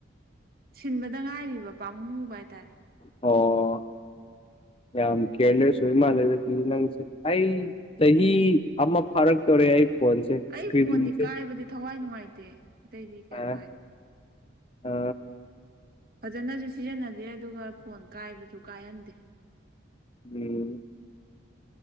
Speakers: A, on the right; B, on the left.
A: ꯁꯤꯟꯕꯗ ꯉꯥꯏꯔꯤꯕ ꯄꯥꯝꯃꯨꯕ ꯍꯥꯏꯇꯥꯔꯦ
B: ꯑꯣ ꯌꯥꯝ ꯈꯦꯂꯁꯨꯏ ꯃꯥꯂꯗ ꯇ ꯅꯪꯁꯦ ꯑꯩ ꯇꯍꯤ ꯑꯃ ꯐꯔꯛ ꯇꯧꯔꯦ ꯑꯩ ꯐꯣꯟꯁꯦ ꯏꯁꯀ꯭ꯔꯤꯟꯁꯦ
A: ꯑꯩ ꯐꯣꯟꯗꯤ ꯀꯥꯏꯕꯗꯤ ꯊꯋꯥꯏ ꯅꯨꯡꯉꯥꯏꯇꯦ ꯑꯇꯩꯗꯤ ꯀꯩꯝꯨ
B: ꯑ
A: ꯀꯥꯏꯗꯦ
B: ꯑ
A: ꯐꯖꯅꯁꯨ ꯁꯤꯖꯤꯟꯅꯗꯦ ꯑꯗꯨꯒ ꯐꯣꯟ ꯀꯥꯏꯕꯁꯨ ꯀꯥꯏꯍꯟꯗꯦ
B: ꯎꯝ